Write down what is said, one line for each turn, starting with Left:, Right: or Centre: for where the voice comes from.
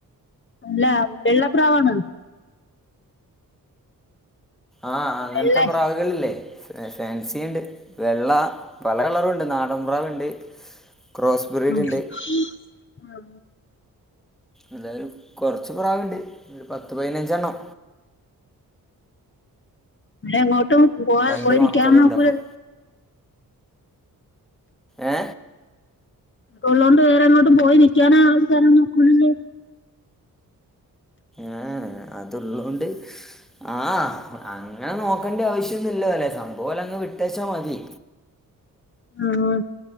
Left: അല്ല വെള്ളപ്രാവാണോ
Centre: ആ അങ്ങനത്തെ
Left: വെള്ളെ
Centre: പ്രാവികളില്ലെ സെ ഫാൻസീണ്ട്. വെള്ള പല കളറും ഉണ്ട് നാടൻ പ്രാവുണ്ട് ക്രോസ് ബ്രീഡ്
Left: ആ ആ
Centre: ഉണ്ട്
Left: ആ
Centre: എന്തായാലും കൊറച്ച് പ്രാവുണ്ട് ഒരു പത്ത് പതിനഞ്ചെണ്ണം
Left: എങ്ങോട്ടും പോ
Centre: രണ്ട്
Left: പോയി
Centre: മക്കളുണ്ട്
Left: നിക്കാൻ ഒക്കൂല്ലല്ലോ
Centre: അപ്പം ഏ
Left: ഇതൊക്കെള്ളോണ്ട് വേറെങ്ങോട്ടും പോയി നിക്കാനാ <unintelligible> ഒക്കുലല്ലോ.
Centre: ആ അതുള്ളോണ്ട് ആ അങ്ങനെ നോക്കേണ്ടാവശ്യം ഒന്നൂല്ലോലെ സംഭവം ഓല വിട്ടേച്ചാ മതി
Left: ആ